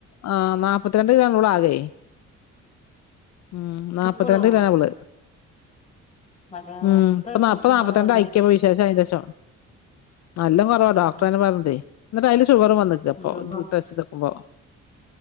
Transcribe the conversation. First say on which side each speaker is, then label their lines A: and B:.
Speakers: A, on the left (about 60°); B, on the left (about 20°).
A: നാ നാപ്പത്തിരണ്ട് കിലോണ് വ്ളാകെ ഉം നാപ്പത്തിരണ്ട്
B: ഇപ്പളോ
A: കിലാണിവള്
B: മറ്റേ
A: ഉം
B: എത്ര
A: പ്പൊ നാല്പ്പനാല്പത്തിണ്ട
B: തൂക്കം കുറവല്ലേ
A: ആയിക്ക പ്പ വിശേഷയ്ന്ഷം നല്ലാം കുറവാ
B: ഉം
A: ഡോക്ടറന്ന പറഞ്ഞിതേ എന്നിട്ടയ്ല് ഷുഗർ വന്നിക്കപ്പൊ
B: തൂക്കം
A: ഇത് ടെസ്റ്റ് എയ്തക്കുമ്പോ